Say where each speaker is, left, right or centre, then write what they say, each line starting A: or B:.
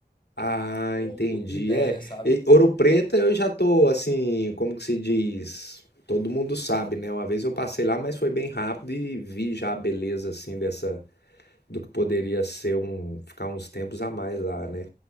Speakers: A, on the left; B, on the left.
A: Ah,
B: é uma
A: entendi.
B: outra ideia,
A: É,
B: sabe?
A: e Ouro Preto eu já tô assim, como que se diz? Todo mundo sabe, né? Uma vez eu passei lá, mas foi bem rápido e vi já a beleza assim dessa do que poderia ser um ficar uns tempos a mais lá, né?